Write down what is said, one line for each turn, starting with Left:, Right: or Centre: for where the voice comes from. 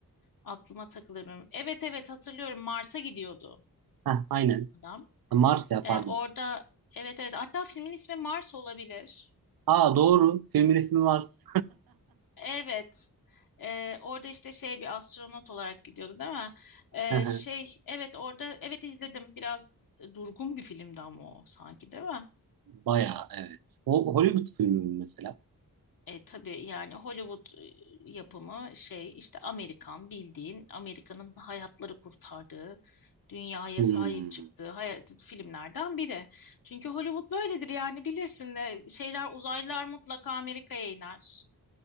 Left: Aklıma takılır benim. Evet evet hatırlıyorum Mars'a gidiyordu
Right: Heh, aynen.
Left: adam.
Right: Mars ya
Left: Ee,
Right: pardon.
Left: orada evet evet hatta filmin ismi Mars olabilir.
Right: Aa doğru. Filmin ismi Mars.
Left: Evet. Ee, orada işte şey bir astronot olarak gidiyordu değil mi? Ee,
Right: <laughs> Hı hı.
Left: şey evet orada evet izledim. Biraz durgun bir filmdi ama o sanki değil mi?
Right: Bayağı evet. O Hollywood filmi mi mesela?
Left: E, tabii yani Hollywood e, yapımı şey işte Amerikan bildiğin Amerika'nın hayatları kurtardığı dünyaya
Right: Hmm.
Left: sahip çıktığı hayat, filmlerden biri. Çünkü Hollywood böyledir yani bilirsin de şeyler uzaylılar mutlaka Amerika'ya iner.